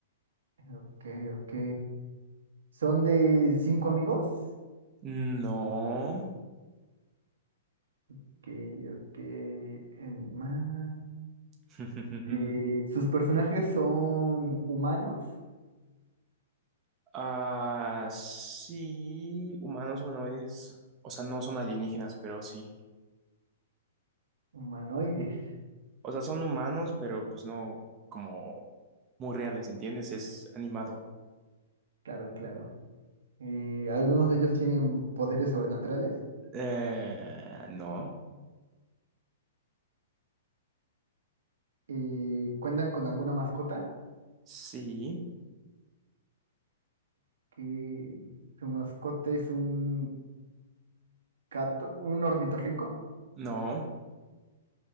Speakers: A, on the right (about 85°); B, on the right (about 20°).
A: Ok, ok. ¿Son de cinco amigos?
B: No.
A: Ok, ok, animada.
B: <laughs>
A: Eh, sus personajes son humanos,
B: Ah, sí. Humanos humanoides. O sea, no son alienígenas, pero sí.
A: humanoides,
B: O sea, son humanos, pero pues no como muy reales, ¿entiendes? Es animado.
A: claro, claro. Eh, algunos de ellos tienen poderes sobrenaturales.
B: Eh, no.
A: Eh, cuentan con alguna mascota,
B: Sí.
A: que su mascota es un gato, un ornitorrinco.
B: No.